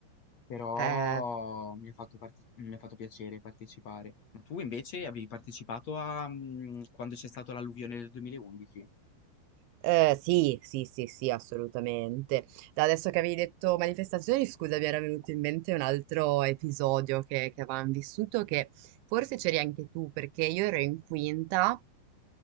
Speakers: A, on the left (about 45°); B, on the right (about 80°).
A: però
B: eh,
A: mi ha fatto, parte- mi ha fatto piacere partecipare. Ma tu invece avevi partecipato a, mh, quando c'è stata l'alluvione del 2011?
B: eh, sì, sì, sì, sì, assolutamente. Da Adesso che avevi detto manifestazioni, scusa, mi era venuto in mente un altro episodio che, che avevamo vissuto, che forse c'eri anche tu, perché io ero in quinta,